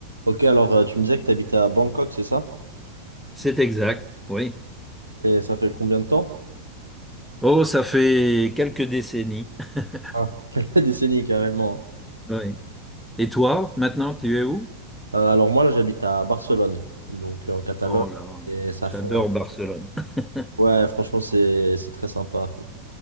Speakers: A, on the right; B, in the centre.
A: Ok, alors euh, tu me disais que tu habitais à Bangkok, c'est ça?
B: C'est exact, oui.
A: Et ça fait combien de temps?
B: Oh, ça fait quelques décennies. <laughs>
A: Ah, <laughs> quelques décennies carrément.
B: Oui. Et toi, maintenant, tu es où?
A: Euh, alors moi, là, j'habite à Barcelone, donc euh, en Catalogne.
B: Oh là,
A: Et ça fait...
B: j'adore Barcelone. <laughs>
A: Ouais, franchement, c'est c'est très sympa.